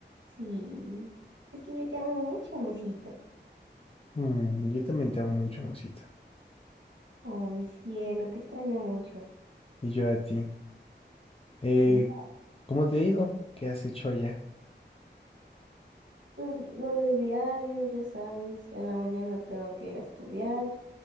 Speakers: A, on the right (about 70°); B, on the left (about 30°).
A: Sí, es que yo te amo mucho, amorcito.
B: Mm, yo también te amo mucho, mosita.
A: Oh, mi cielo, te extraño mucho.
B: Y yo a ti. Eh,
A: Ya,
B: ¿cómo te ha ido? ¿Qué has hecho allá?
A: pues lo de diario, ya sabes, en la mañana tengo que ir a estudiar,